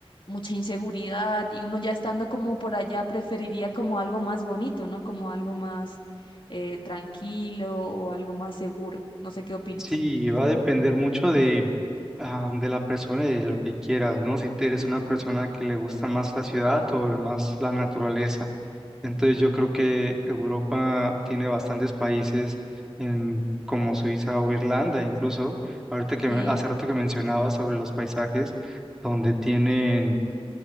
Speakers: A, on the left (about 55°); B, in the centre.
A: mucha inseguridad, y uno ya estando como por allá preferiría como algo más bonito, ¿no? Como algo más eh, tranquilo o algo más seguro. No sé qué opinas.
B: Sí, va a depender mucho de, ah, de la persona y de lo que quieras, ¿no? Si te eres una persona que le gusta más la ciudad o el más la naturaleza. Entonces yo creo que Europa tiene bastantes países en, como Suiza o Irlanda incluso. Ahorita que
A: Sí,
B: me- hace rato que mencionaba sobre los paisajes, donde tienen